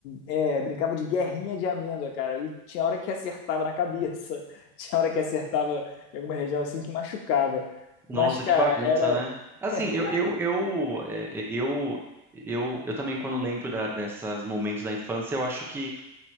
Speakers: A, on the left; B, in the centre.
A: é, brincava de guerrinha de amêndoa, cara. E tinha hora que acertava na cabeça, <laughs> tinha hora que acertava em alguma região assim que machucava.
B: Nossa,
A: Mas, cara,
B: que bagunça,
A: era.
B: né?
A: <laughs>
B: Assim, eu, eu, eu, é, é, eu, eu, eu também, quando lembro da, dessas momentos da infância, eu acho que